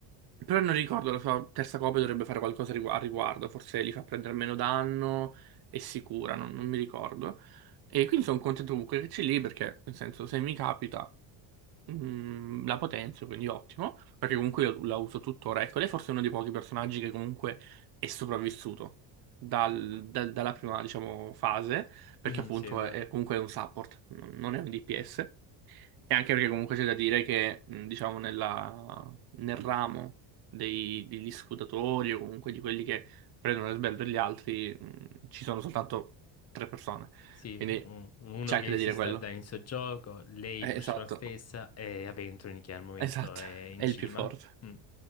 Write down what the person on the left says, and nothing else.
Mhm,
Sì, è vero.
Sì,
un- uno
che
si
sta
dando il suo gioco, lei
Fushman
stessa e Aventurini che al momento
è in
cima.
Mm.